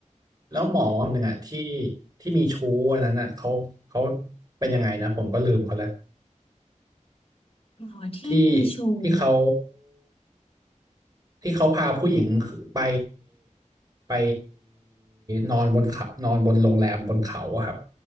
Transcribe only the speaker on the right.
แล้วหมอคนหนึ่งอะที่ที่มีชู้อันนั้นอะเขาเขาเป็นยังไงนะผมก็ลืมเขาแล้ว
ที่ที่เขาที่เขาพาผู้หญิงไปไปนอนบนเขานอนบนโรงแรมบนเขาอะครับ